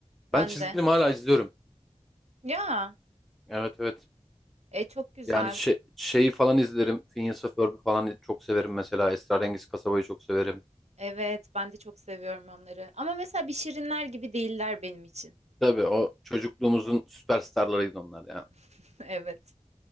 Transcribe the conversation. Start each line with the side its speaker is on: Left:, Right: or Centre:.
Right: Ben
Centre: Ben çizgi
Right: de.
Centre: film hala izliyorum.
Right: Ya,
Centre: Evet evet.
Right: e çok güzel.
Centre: Yani şey, şeyi falan izlerim. Phineas ve Ferb'i falan çok severim mesela. Esrarengiz Kasaba'yı çok severim.
Right: Evet, ben de çok seviyorum onları. Ama mesela bir Şirinler gibi değiller benim için.
Centre: Tabii o çocukluğumuzun süperstarlarıydı onlar ya.
Right: <laughs> Evet.